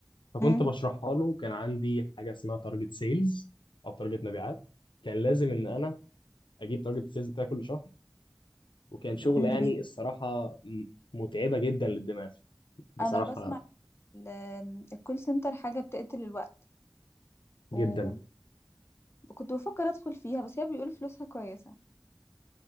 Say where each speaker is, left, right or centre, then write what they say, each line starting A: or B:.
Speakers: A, on the left; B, on the left.
A: فكنت
B: مم.
A: بشرحها له كان عندي حاجه اسمها تارجت سيلز او تارجت مبيعات كان لازم ان انا اجيب تارجت سيلز بتاعي كل شهر وكان شغل
B: مم.
A: يعني الصراحه م- متعبه جدا للدماغ بصراحه
B: انا بسمع ال- الكول سنتر حاجة بتقتل الوقت
A: جدا
B: وكنت بفكر ادخل فيها بس هي بيقولوا فلوسها كويسة